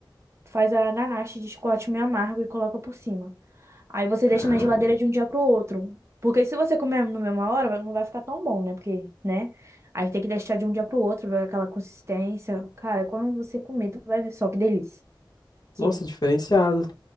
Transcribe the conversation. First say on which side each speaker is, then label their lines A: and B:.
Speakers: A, on the right; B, on the left.
A: faz a ganache de chocolate meio amargo e coloca por cima. Aí você
B: Cara,
A: deixa na geladeira de um dia pro outro. Porque se você comer na mesma hora, vai- não vai ficar tão bom, né? Porque, né? Aí tem que deixar de um dia pro outro, vai aquela consistência. Cara, quando você comer, tu vai ver só que delícia que
B: nossa,
A: é.
B: diferenciado.